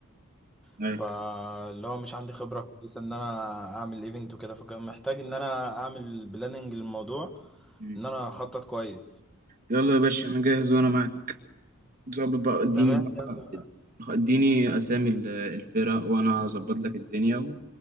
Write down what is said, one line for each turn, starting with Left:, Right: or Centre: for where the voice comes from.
Right: ايوه
Centre: فاللي هو مش عندي خبرة كويسة ان انا اعمل ايفنت وكده فكان محتاج ان انا اعمل بلاننج للموضوع
Right: مم.
Centre: ان انا اخطط كويس
Right: يلا يا باشا انا جاهز وانا معاك ظبط بقى اديني
Centre: تمام
Right: بقى
Centre: يعني
Right: اديني اسامي ال- الفرق وانا هظبط لك الدنيا و...